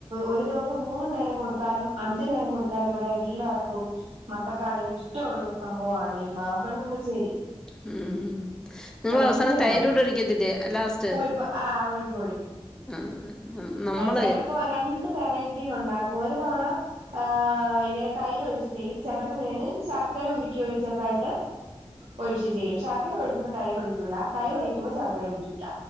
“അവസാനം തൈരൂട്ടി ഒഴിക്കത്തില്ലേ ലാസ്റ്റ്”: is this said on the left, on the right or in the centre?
Centre